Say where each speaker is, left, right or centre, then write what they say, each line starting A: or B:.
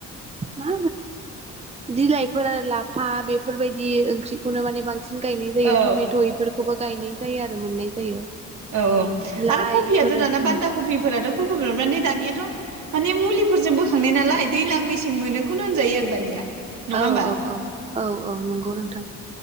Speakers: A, on the right; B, on the right.
A: मा बिलाइफोर आरो लाफा बेफोरबायदि ओंख्रिखौनो माने बांसिन बांसिन गायनाय जायो
B: औ
A: टमेट एफोरखौबो गायनाय जायो आरो मोननाय जायो
B: औ औ
A: लाइ
B: आरो कपियाथ
A: इफोरो
B: दाना
A: उम
B: बान्दा कपिफोराथ फुलखौ कपि माने दानियाथ माने मुलिफोरजों बोखांनाय नालाय दैलां मेसें मोनोखौनो होनजायो आरो दानिया नङा
A: औ
B: होमबा
A: औ औ औ औ नंगौ नोंथां